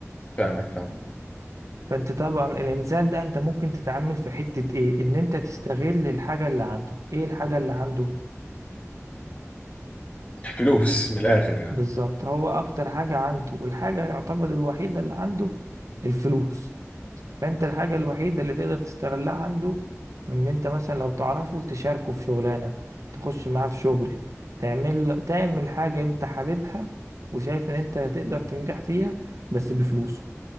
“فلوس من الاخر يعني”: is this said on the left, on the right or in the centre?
Left